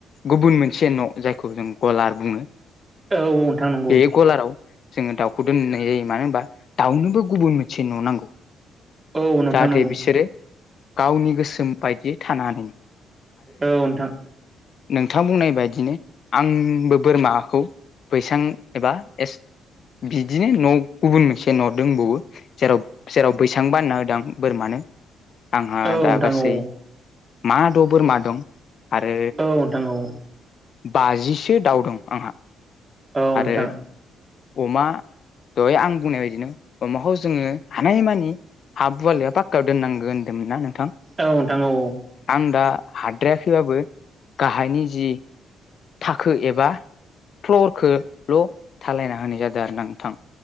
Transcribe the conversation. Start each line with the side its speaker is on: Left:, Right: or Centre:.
Left: गुबुन मोनसे न' जायखौ जों गलार बुङो।
Right: औ औ नोंथां नंगौ।
Left: बे गलाराव जोङो दाउखौ दोननाय जायो मानो होनबा दाउनोबो गुबुन मोनसे न' नांगौ।
Right: औ नोंथां
Left: जाहाथे
Right: नंगौ।
Left: बिसोरो गावनि गोसोम बायदियै थानानै
Right: औ नोंथां
Left: थां बुंनाय बायदिनो आंबो बोरमाखौ बैसां एबा ए बिदिनो न' गुबुन मोनसे न' दोंबावो जेराव जेराव बैसां बानना होदां बोरमानो आंहा
Right: नंगौ औ
Left: दा
Right: नोंथां
Left: गासै
Right: औ नोंथां औ
Left: मा द' बोरमा दं। आरो
Right: औ नोंथां औ
Left: बाजिसो दाउ दं आंहा
Right: औ नोंथां।
Left: आरो अमा दहाय आं बुंनाय बायदिनो अमाखौ जोङो हानायमानि गुवाल एबा पाक्कायाव दोननांगौ होनदोंमोन ना नोंथां।
Right: औ नोंथां औ
Left: आं दा हाद्रायाखैबाबो गाहायनि जि थाखो एबा फ्लरखो ल' थालायना होनाय जादों आरो ना नोंथां।